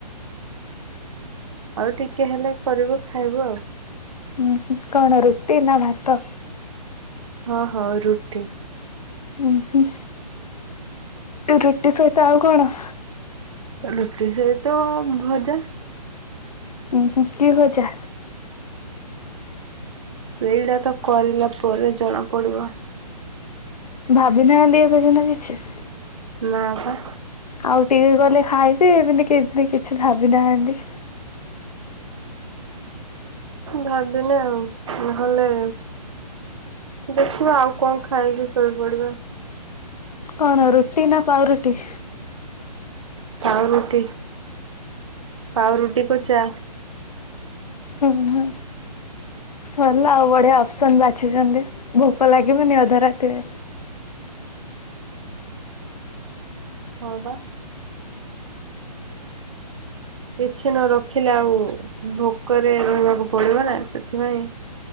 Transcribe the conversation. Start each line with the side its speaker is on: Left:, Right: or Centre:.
Right: ଆଉ ଟିକେ ହେଲେ କରିବୁ ଖାଇବୁ ଆଉ।
Left: ହୁଁ କଣ ରୁଟି ନାଭାତ?
Right: ହଁ ହଁ ରୁଟି।
Left: ଉଁ ହୁଁ। ରୁଟି ସହିତ ଆଉ କଣ?
Right: ରୁଟି ସହିତ ଭଜା।
Left: ଉଁ ହୁଁ କିଭଜା?
Right: ଏଇଟାତ କରିଲା ପରେ ଜଣାପଡ଼ିବ।
Left: ଭାବି ନାହାନ୍ତି ଏବେ ସିନା କିଛି।
Right: ନାଁପା।
Left: ଆଉ ଟିକେ ଗଲେ ଖାଇବେ ଏମିତି କେମିତି କିଛି ଭାବି ନାହାନ୍ତି?
Right: ଭାବିନେ ଆଉ ନହଲେ ଦେଖିବା ଆଉ କଣ ଖାଇକି ଶୋଇପଡ଼ିବା।
Left: କଣ ରୁଟିନା ପାଉରୁଟି?
Right: ପାଉରୁଟି ପାଉରୁଟିକି ଚା।
Left: ଓଁ ହଁ। ଗଲା ଆଉ ବଢ଼ିଆ ଅପସନ୍ ବାଛିିଛନ୍ତି ଭୋକ ଲାଗିବନି ଅଧ ରାତିରେ?
Right: ହଁ ବା। କିଛିନ ରଖିଲେ ଆଉ ଭୋକରେ ରହିବାକୁ ପଡ଼ିବନା ସେଥିପାଇଁ